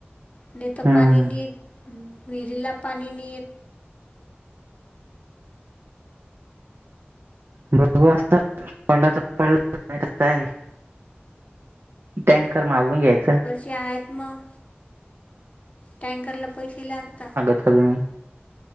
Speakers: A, on the left; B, on the right.
A: नाही तर
B: हम्म.
A: पाणी नाहीेत.. विहिरीला पाणी नियेत.
B: बघु असता पडला तर पडला.. काय कताय? टँकर मागून घ्यायचं.
A: ते आहेत मग टँकरला पैसे लागतात.
B: फलुमही.